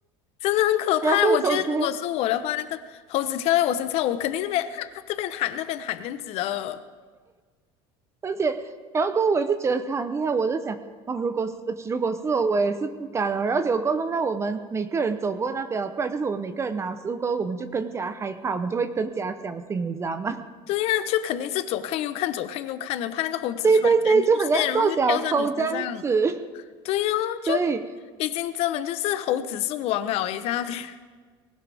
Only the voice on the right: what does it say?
然后过后从此
而且，然后过后我就觉得他很厉害，我就想，哦，如果是如果是我，我也是不敢了。然后结果过后弄到我们每个人走过那边了，不然就是我们每个人拿食物过后，我们就更加害怕，我们就会更加小心，你知道吗？
<laughs> 对，就很像做小偷这样子。
<laughs>
对，